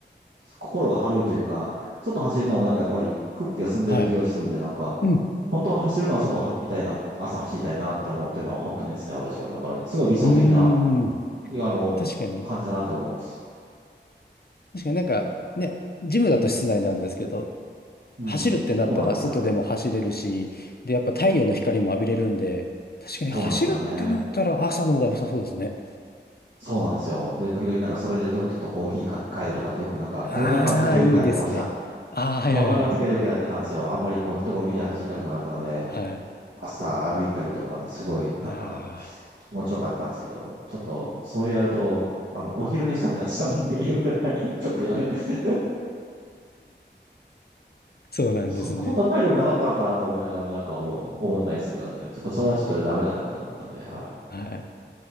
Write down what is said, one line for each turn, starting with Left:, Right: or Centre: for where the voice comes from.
Right: 心が晴れるというか、外走るのもなんかやっぱり空気が澄んでる気がするんで、
Left: はい。
Right: なんか、
Left: うん
Right: 本当は走るのは外走りたいな、朝走りたいなって思ってるのは本当にですね、私は。だから、すごい理想的な、
Left: うーん、
Right: あの、
Left: 確かに。
Right: 感じだなと思うんです。
Left: 確かになんかね、ジムだと室内なんですけど、
Right: うん。
Left: 走るってなったら外でも走れるし、
Right: そうなんですよ。
Left: で、やっぱ太陽の光も浴びれるんで、
Right: うん。
Left: 確かに走るってなったら朝の方が良さそうですね。
Right: そうなんですよね。そうなんですよ。で、時々なんかそれでちょっとコーヒーか買えるとかってよくなんかコロナ禍の時はよくやってました。
Left: ああ、いいですね。ああ、はいはいはい。
Right: コロナ禍の時はよくやってたんですよ。あんまりこう人混みで走りたくなかったので、
Left: はい。
Right: 朝歩いたりとか、すごいなんか
Left: ああ、
Right: 気持ちよかったんですけど、ちょっとそれやると、あの、お昼寝したくなっちゃうんで、夕方に、ちょっとやめよう。
Left: そうなんですね。
Right: そこんな体力なかったんかなと思いながらも、なんかもう思ったりするとかあって、ちょっとそれはちょっとダメだなと思ったんで、はい。
Left: はい。